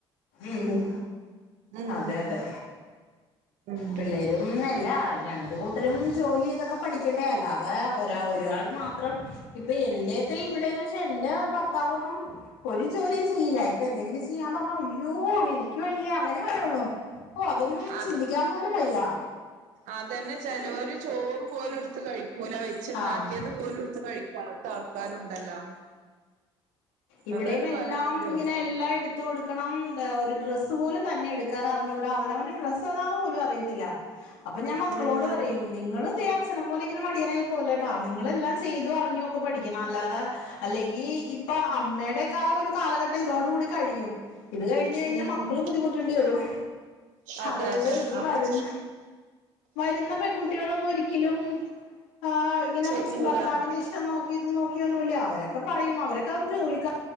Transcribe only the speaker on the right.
ഉം
ഉം
അത്
അതന്നെ ചിലരു ചോറ് പോലെടുത്ത് കഴിക്കൂല വെച്ചുണ്ടാക്കിയത്
പോലെടുത്ത് കഴി ത്ത ആൾക്കാരുണ്ടല്ലോ
അതന്നെ
പറയണതേ
ഉം
ഉം
ഉം
അതെ
അതെ
അത
ചെയ്യൂല